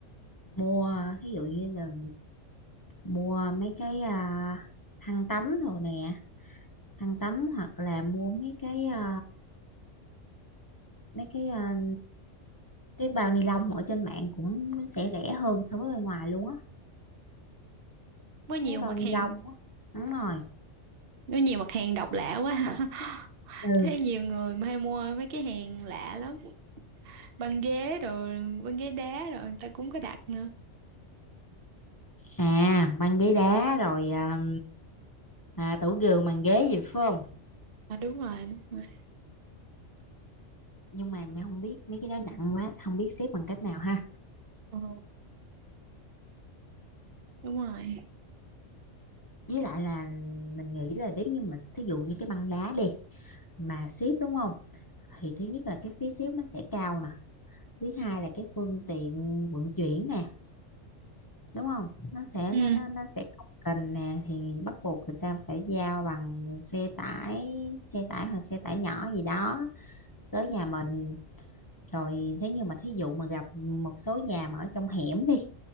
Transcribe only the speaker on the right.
Có nhiều
mặt
hàng,
có nhiều mặt hàng độc lạ quá. <laughs>
Thấy nhiều người mà hay mua mấy cái hàng lạ lắm. Băng ghế rồi, băng ghế đá rồi người ta cũng có đặt nữa.
À đúng rồi, đúng rồi.
Ờ, Đúng rồi.
Ừ.